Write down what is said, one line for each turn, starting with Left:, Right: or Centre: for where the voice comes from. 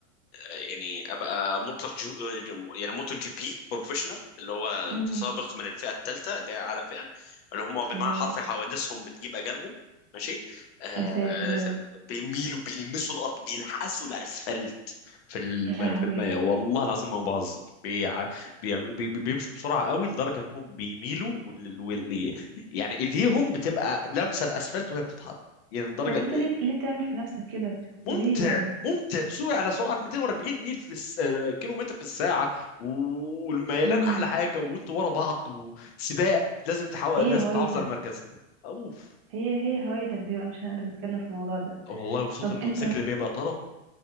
Left: يعني ابقى موتور جو يعني موتور جي بي بروفيشنال اللي هو
Right: امم
Left: متسابق من الفئه الثالثه اللي هي اعلى فئه اللي هم بالمعنى
Right: الله
Left: الحرفي حوادثهم بتجيب اجالهم ماشي آه
Right: يا ساتر يا رب
Left: بيميلوا بيلمسوا الارض بيلحسوا الاسفلت في الم...
Right: يا لهوي
Left: في المية والله العظيم ما بهزر بيع... بيع... بي... بي- بيمشوا بسرعة قوي لدرجة انهم بيميلوا وال... وال... يعني ايديهم بتبقى لامسة الاسفلت وهي بتتحرك يعني لدرجة
Right: طب انت
Left: ان
Right: ليه ليه تعمل في نفسك كده
Left: ممتع
Right: ليه يعني
Left: ممتع تسوق على سرعة 240 ميل في الس... آه، كيلو متر في الساعة و- والميلان
Right: امم
Left: احلى حاجة وانتوا ورا بعض وسباق لازم تحاول
Right: هي
Left: لازم
Right: هوايتك
Left: تحافظ على المركز اوف
Right: هي هي هوايتك دي بقى مش هنقدر نتكلم في الموضوع ده
Left: والله وصوت
Right: طب
Left: الموتوسيكل
Right: انت
Left: بيبقى طرب